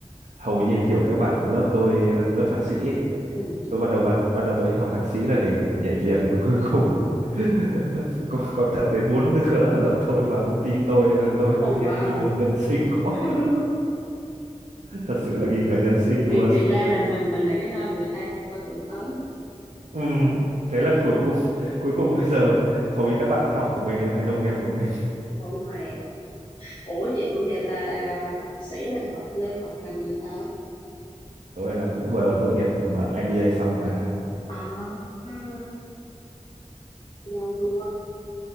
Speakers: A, on the right (about 80°); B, on the left (about 50°).
A: hầu như kiểu các bạn lớp tôi ờ, lớp thạc sĩ ấy,
B: Ừ.
A: tôi ban đầu ban ban đầu tôi định học thạc sĩ là để nhảy việc nhưng mà cuối cùng <laughs> có có tận đến bốn đứa ở lớp tôi và công ty tôi nên là tôi
B: Oh
A: tự
B: wow
A: nhiên nghi ngờ nhân sinh <laughs> quá
B: <laughs>
A: thật sự là nghi ngờ nhân sinh
B: thì
A: luôn
B: thì ra là mình mình là cái nơi mà người ta đang coi tưởng tới
A: ừ. thế là cuối cùng <laughs> cuối cùng bây giờ hầu như các bạn học của mình đều thành đồng nghiệp của mình
B: ủa mày ủa vậy ủa vậy là học sĩ là học lên học ngành gì ta
A: tôi là cũng vừa tốt nghiệp mà MBA xong mà
B: à à giàu luôn